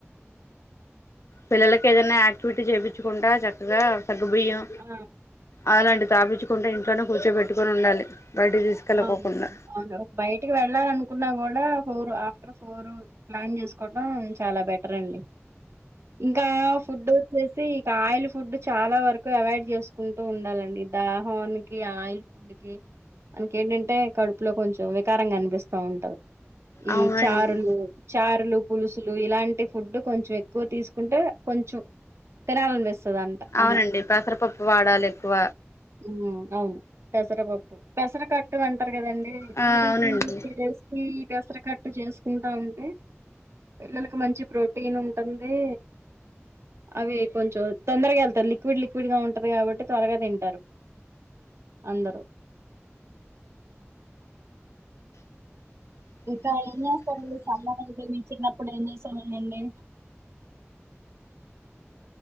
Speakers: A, on the left; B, on the right.
A: పిల్లలకి ఏదైనా యాక్టివిటీ చేయిించుకుంటా చక్కగా సగబయ్యం
B: ఆ
A: అలాంట స్థాపించుంటే ఇంట్లోనే కూచోెట్టుొని ఉండాలి బయటికి తీసుకెళ్ళకోకుండా
B: అవును అవును ఒక బయటికి వెళ్ళాల అనుకున్నా కూడా ఫోర్ ఆఫ్టర్ ఫోర్ ప్లాన్ చేసుకోవటం చాలా బెటర్ అండి ఇంకా ఫుడ్ వచ్చేసి ఇక ఆయిల్ ఫుడ్ చాలా వరకు అవాయిడ్ చేసుకుంటూ ఉండాలండి దాహోనికి ఆయిల్ ఫుడ్ కి మనకేంటంటే కడుపులో కొంచెం వికారంగా అనిపిస్తా ఉంటది
A: అవునండి
B: ఈ చారులు చారులు పులుసులు ఇలాంటి ఫుడ్ కొంచెం ఎక్కువ తీసుకుంటే కొంచెం తినాలనిపిస్తది అంట అన్నం
A: అవునండి పెసరపప్పు వాడాలి ఎక్కువ
B: ఉమ్ అవును పెసరపప్పు పెసర కట్ టు అంటారు కదండి
A: ఆ
B: టూ టు
A: అవునండి
B: టూ త్రీ డేస్ కి పెసర కట్టు చేసుకుంటా ఉంటే పిల్లలకు మంచి ప్రోటీన్ ఉంటుంది అవి కొంచం తొందరగా వెళ్తాది లిక్విడ్ లిక్విడ్గా ఉంటది కాబట్టి త్వరగా తింటారు అందరూ ఇంక ఏం చేస్తారు సమ్మర్ చిన్నప్పుడు ఏం చేస్తారు సమ్మర్